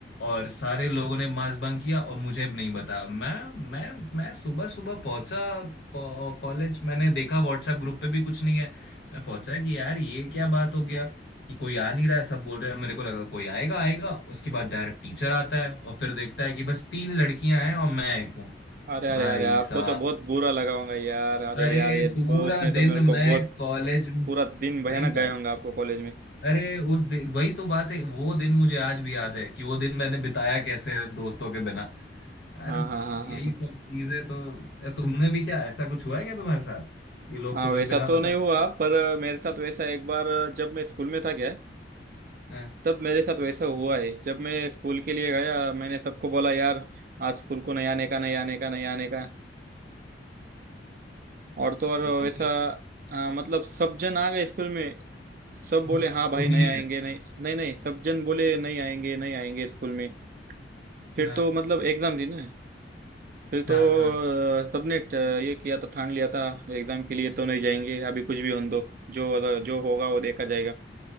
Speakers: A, on the left (about 75°); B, on the right (about 50°).
A: और सारे लोगों ने मास बंक किया और मुझे भी नहीं बताया मैं मैं मैं सुबह सुबह पहुंचा कॉ- कॉलेज मैंने देखा व्हाट्सएप ग्रुप पे भी कुछ नहीं है मैं पहुंचा कि यार ये क्या बात हो गया कि कोई आ नहीं रहा है सब बोल रहे हैं मेरे को लगा कोई आएगा आएगा उसके बाद डायरेक्ट टीचर आता है और फिर देखता है कि बस तीन लड़कियां हैं और मैं एक हूँ
B: अरे अरे
A: भाई
B: अरे आपको
A: साहब
B: तो बहुत बुरा लगा होगा यार अरे
A: अरे
B: यार ये दोस्त
A: पूरा
B: ने तो
A: दिन
B: मेरे को
A: मैं
B: बहुत
A: कॉलेज
B: पूरा दिन भयानक
A: सही
B: गए
A: बात
B: होंगे आपको कॉलेज में
A: अरे उस दिन वही तो बात है वो दिन मुझे आज भी याद है कि वो दिन मैंने बिताया कैसे दोस्तों के बिना यार
B: हाँ हाँ हाँ
A: यही
B: हाँ हाँ
A: सब चीजें तो तुमने भी क्या ऐसा कुछ हुआ है क्या तुम्हारे साथ ये लोग
B: हाँ
A: तुम्हें
B: वैसा
A: बिना
B: तो
A: बताए
B: नहीं हुआ पर मेरे साथ वैसा एक बार जब मैं स्कूल में था क्या
A: हाँ,
B: तब मेरे साथ वैसा हुआ है जब मैं स्कूल के लिए गया मैंने सबको बोला यार आज स्कूल को नहीं आने का नहीं आने का नहीं आने का और तो और
A: तो सब
B: वैसा
A: कुछ
B: हाँ, मतलब सब जन आ गए स्कूल में सब बोले
A: हाँ,
B: हाँ भाई
A: तुम
B: नहीं
A: ही नहीं
B: आएंगे
A: गए
B: नहीं नहीं नहीं सब जन बोले नहीं आएंगे नहीं आएंगे स्कूल में फिर
A: हाँ
B: तो मतलब एग्जाम थी ना फिर तो
A: हाँ हाँ
B: अ, सबने ट- ये किया था ठान लिया था एग्जाम के लिए तो नहीं जाएंगे अभी कुछ भी होने दो जो अगर- जो होगा वो देखा जाएगा